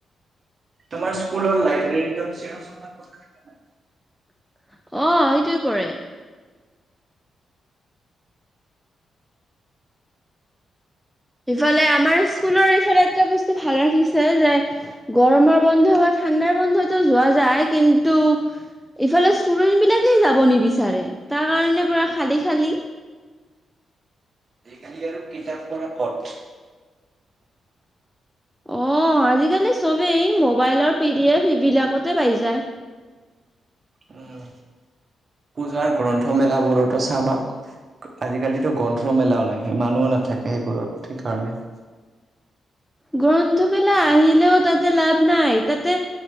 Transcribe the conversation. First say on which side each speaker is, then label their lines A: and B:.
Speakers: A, on the right; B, in the centre.
A: তোমাৰ স্কুলৰ লাইব্ৰেৰী <unintelligible>
B: অ', সেইটোৱে পৰে। ইফালে আমাৰ স্কুলৰ এইফালে এটা বস্তু ভাল ৰাখিছে যে গৰমৰ বন্ধ বা ঠাণ্ডাৰ বন্ধতো যোৱা যায়, কিন্তু ইফালে ষ্টুডেন্ট বিলাকেই যাব নিবিচাৰে। তাৰ কাৰণে পোৰা খালী-খালি।
A: খালি আৰু কিতাপ পঢ়া কত,
B: অ', আজিকালি চবেই মোবাইলৰ পিডি এফ এইবিলাকতে পাই যায়।
A: উম পূজাৰ গ্ৰন্থমেলাবোৰতো চাবা আজিকালিতো গ্ৰন্থ মেলাও নাহে মানুহে নাথাকে, সেইবোৰত সেইকাৰণে।
B: গ্ৰন্থমেলা আহিলেও তাতে লাভ নাই তাতে